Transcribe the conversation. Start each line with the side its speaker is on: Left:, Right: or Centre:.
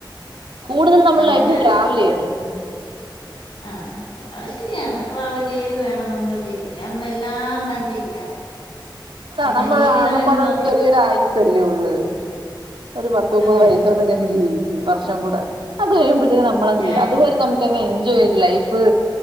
Right: കൂടുതൽ നമ്മൾ
Left: അങ്ങനെ
Right: ലൈഫിൽ ട്രാവലീയ്യണം
Left: ആഹ് അത് ശെരിയാണ് ട്രാവലേത് വേണം നമ്മള് ജീവിക്കാം നമ്മളെല്ലാം കണ്ടിരിക്കണം പിന്നെ
Right: ആഹ് നമ്മള്
Left: ജീവിതം
Right: ആകപ്പാടെ
Left: എന്ന് പറഞ്ഞിട്ട്
Right: ചെറിയെര് ആയുസല്ലേ ഉള്ള് ഒര് പത്ത് മുപ്പത്
Left: അതെ
Right: വയസ്സോടെ
Left: അതെ
Right: ഞ ജീവിക്കും വർഷം കൂടെ അത് കഴിയ്മ്പത്തേനും ഞമ്മളങ്
Left: ഞാനും
Right: അത്വരെ ഞമ്മക്കാങ് എൻജോ ചെയ്ത് ലൈ ഫ്